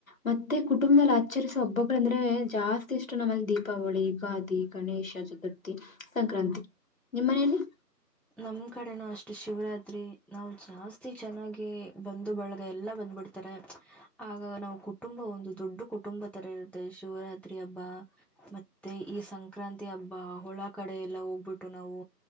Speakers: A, on the left; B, in the centre.
A: ಮತ್ತೆ ಕುಟುಂಬದ ಆಚರಿಸ ಹಬ್ಬಗಳಂದ್ರೆ ಜಾಸ್ತಿ ಇಷ್ಟು ನಮ್ಮಲ್ಲಿ ದೀಪಾವಳಿ ಯುಗಾದಿ ಗಣೇಶ ಚತುರ್ಥಿ ಸಂಕ್ರಾಂತಿ ನಿಮ್ಮ್ ಮನೇೆಯಲ್ಲಿ
B: ನಮ್ ಕಡೆನೂ ಅಷ್ಟು ಶಿವರಾತ್ರಿ ರಿ ನಾವು ಜಾಸ್ತಿ ಚೆನ್ನಾಗಿ ಬಂದು ಬಳ ಎಲ್ಲ ಬಂದ್ಬಿಡ್ತಾರೆ ಆಗ ನಾವು ಕು ಕುಟುಂಬ ಒಂದು ದೊಡ್ಡ ಕುಟುಂಬ ತರ ಇರುತ್ತದೆ ಶಿವರಾತ್ರಿ ಹಬ್ಬ ಮತ್ತು ಈ ಸಂಕ್ರಾಂತಿ ಹಬ್ಬ ಹೊಳ ಕಡೆ ಎಲ್ಲ ಹೋಗ್ಬಿಟ್ಟು ನಾವು